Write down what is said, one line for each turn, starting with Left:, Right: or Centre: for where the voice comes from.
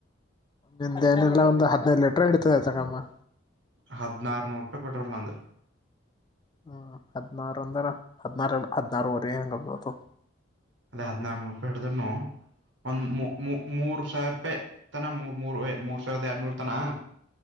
Left: ನಿಮ್ದ ಏನೆಲ್ಲಾ ಒಂದು ಹದ್ನೈದು ಲೀಟ್ರ ಇಡತದತಗಮ್ಮ
Right: ಹದಿನಾರನೂರು ರೂಪಾಯಿ ಪೆಟ್ರೋಲ್ ನಂದ
Left: ಹ್ಮ ಹದಿನಾರು ಅಂದಾರ ಹದ್ಿನಾರ ಹದಿನಾರುವರೆಗೆ ಹೆಂಗಬೋದು
Right: ಅದೇ ಹದ್ಿನಾರನ ರೂಪಾಯಿ ಹಿಡಿದ್ನು ಒಂದ್ ಮೂರು ಸಾವಿರ ರೂಪಾಯಿ ತನ ಮೂರ್ ಮೂರ್ ಮೂರ್ ಸಾವಿರದ ಎರಡ್ನೂರ್ ತನ